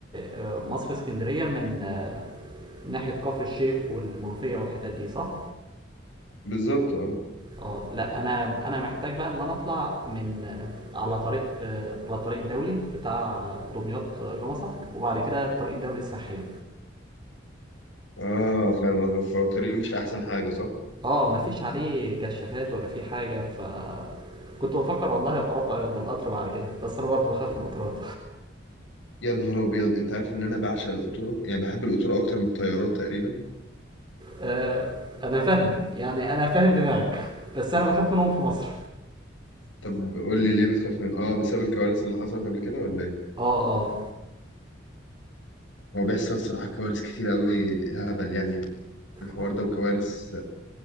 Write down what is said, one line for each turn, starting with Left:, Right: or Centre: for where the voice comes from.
Right: آه، مصر اسكندريه من آه، ناحيه كفر الشيخ والمنوفيه والحتت دي صح
Left: بالظبط اه
Right: اه لا انا انا محتاج بقى ان انا اطلع من آه، على طريق آه، على الطريق الدولي بتاع دمياط آه، جمصه وبعد كده الطريق الدولي الساحلي
Left: اه فاهم قصدك فهو الطريق مش أحسن حاجة صح؟
Right: اه مفيش عليه كشافات ولا في حاجه ف كنت بفكر والله ابقى اروح بقى بالقطر بعد كده بس انا برضه بخاف من القطارات
Left: يا نهار أبيض أنت عارف إن أنا بعشق القطورة يعني بحب القطورة أكتر من الطيارات تقريبا
Right: آه، انا فاهمك يعني انا فاهم دماغك بس انا بخاف منهم في مصر
Left: طب قول لي ليه بتخاف من اه بسبب الكوارث اللي حصلت قبل كده ولا ايه؟
Right: اه اه
Left: هو بيحصل صراحة كوارث كتير قوي هبل يعني في الحوار
Right: اه
Left: ده وكوارث